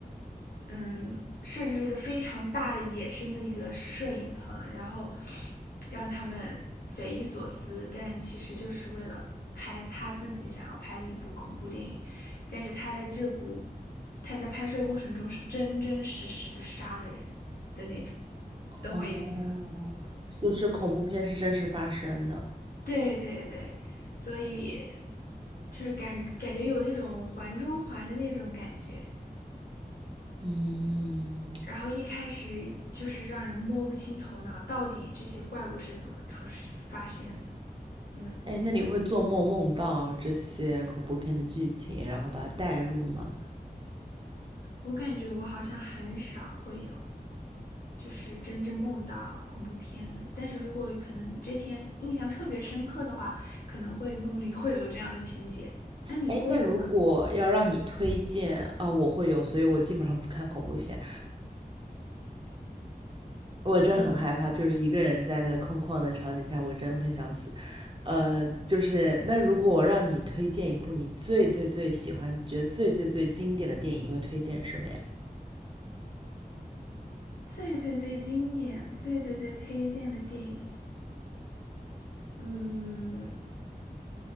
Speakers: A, on the left; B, on the right.
A: 嗯，设置了一个非常大的野生的一个摄影棚，然后让他们匪夷所思，但其实就是为了拍他自己想要拍的一部恐怖电影。但是他在这部他在拍摄过程中是真真实实的杀了人的那种，懂我意思吗？
B: 哦，就是恐怖片是真实发生的。
A: 对对对，所以就是感感觉有那种环中环的那种感觉。
B: 嗯，
A: 然后一开始就是让人摸不清头脑，到底这些怪物是怎么出发现的？嗯，
B: 哎，那你会做梦梦到这些恐怖片的剧情，然后把它带入吗？
A: 我感觉我好像很少会有，就是真正梦到恐怖片的。但是如果可能这天印象特别深刻的话，可能会梦里会有这样的情节。那你会有吗？
B: 哎，那如果要让你推荐啊，我会有，所以我基本上不看恐怖片。我真很害怕，
A: 嗯，
B: 就是一个人在那个空旷的场景下，我真的会想死。呃，就是那如果我让你推荐一部你最最最喜欢、觉得最最最经典的电影，你会推荐什么呀？
A: 最最最经典、最最最推荐的电影，嗯，